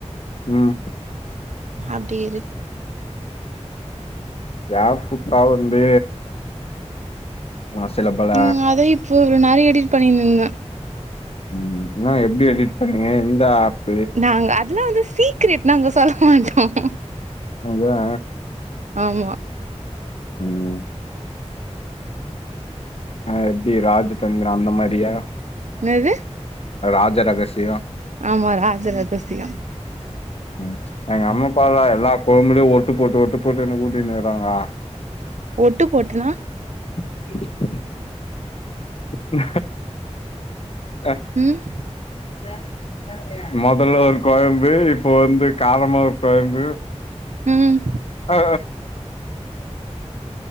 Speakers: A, on the left; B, on the right.
A: ம்
B: அப்டி இருக்
A: கேப் புட்டா வந்து நா சிலபல
B: ம் அதா இப்போ இவ்ளோ நேரோ எடிட் பண்ணிருந்தே
A: ம் ன்ன எப்டி எடிட் சொல்லுங்க எந்த ஆப்
B: நாங்க அதெல்லா வந்து சீக்ரெட் நாங்க சொல்ல மாட்டோம்
A: அதா
B: ஆமா
A: ம் ஆ எப்டி ராஜதந்திரோ அந்த மாரியா
B: என்னது
A: ராஜ ரகசியோ
B: ஆமா ராஜரகசியோ
A: ம் எங்க அம்மா அப்பாலா எல்லாப் கொழம்புலே ஒட்டு போட்டு ஒட்டு போட்டு என்ன ஊட்டினிருக்காங்க
B: ஒட்டு போட்டுனா
A: <inaudible> <inaudible> கட்
B: ம்
A: தர் மொதல்ல ஒரு கொலம்பு இப்போ வந்து காரமா ஒரு கொலம்பு
B: ம்
A: ஆ